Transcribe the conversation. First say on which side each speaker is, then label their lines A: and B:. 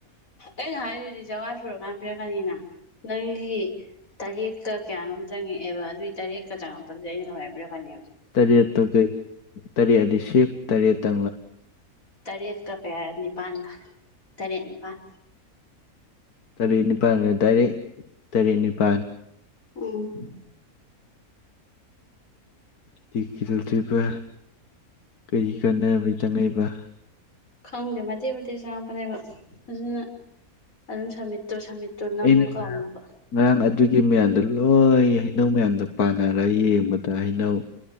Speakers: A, on the left; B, on the left.
A: ꯑꯩꯅ ꯍꯥꯏꯗꯨꯗꯤ ꯁꯧꯉꯥ ꯁꯨꯔꯛꯀꯥꯟ ꯄꯤꯔꯛꯀꯅꯤꯅ ꯅꯪꯒꯤ ꯇꯔꯦꯠꯀ꯫ ꯀꯌꯥꯅꯣꯝ ꯆꯪꯉꯛꯑꯦꯕ ꯑꯗꯨꯏ ꯇꯔꯦꯠꯀ ꯆꯪꯛꯄꯗꯨꯗ ꯑꯩꯅ ꯀꯃꯥꯏꯄꯤꯔꯛꯀꯅꯤ꯫
B: ꯇꯔꯦꯠꯇꯨ ꯀꯩ ꯇꯔꯦꯠꯗꯤ ꯁꯤꯐ ꯇꯔꯦꯠ ꯇꯥ꯫
A: ꯇꯔꯦꯠꯀ ꯀꯌꯥ ꯅꯤꯄꯥꯜꯒ ꯇꯔꯦꯠ ꯅꯤꯄꯥꯟ꯫
B: ꯇꯔꯦꯠ ꯅꯤꯄꯥꯟꯒ ꯇꯔꯦꯠ ꯇꯔꯦꯠ ꯅꯤꯄꯥꯟ꯫
A: ꯎꯝ꯫
B: ꯇꯤ ꯀꯤꯗꯧꯗꫭꯏꯕ꯫ ꯀꯔꯤ ꯀꯥꯟꯅꯕꯩ ꯆꯪꯉꯛ ꯏꯕ
A: ꯈꯪꯗꯦ ꯃꯇꯦꯛ ꯃꯇꯦꯛ ꯆꯥꯡꯉꯛꯄꯅꯦꯕ ꯑꯗꯨꯅ ꯑꯗꯨꯝ ꯁꯝꯃꯤꯠꯇꯣ ꯁꯃꯤꯠ ꯗꯣ ꯅꯝꯕ
B: ꯑꯩꯅ
A: ꯀꯥꯎꯅꯣꯕ
B: ꯉꯔꯥꯡ ꯑꯗꯨꯒꯤ ꯃꯌꯥꯝꯗ ꯂꯣꯏ ꯍꯩꯅꯧ ꯃꯌꯥꯝꯗꯣ ꯄꯥꯟꯅꯔ ꯌꯦꯡꯕꯗ ꯍꯩꯅꯧ